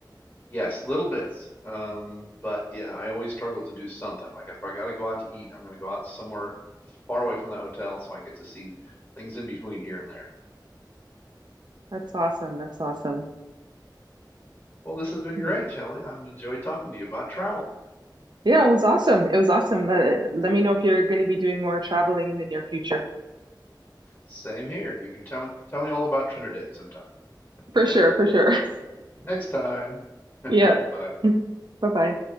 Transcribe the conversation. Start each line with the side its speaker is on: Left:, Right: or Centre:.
Left: Yes, little bits. Um, but yeah, I always struggle to do something. Like if I got to go out to eat, I'm going to go out somewhere far away from the hotel so I get to see things in between here and there.
Right: <laughs> that's awesome. That's awesome.
Left: Well, this has been
Right: Yeah,
Left: great, Shelley. I've enjoyed talking to you about travel.
Right: Yeah, it was awesome. It was awesome. Let let me know if you're going to be doing more traveling in the near future.
Left: Same here. You can tell me tell me all about Trinidad sometime.
Right: For
Left: <laughs>
Right: sure, for sure. <laughs>
Left: Next time.
Right: Yeah.
Left: Bye.
Right: <laughs> Bye-bye.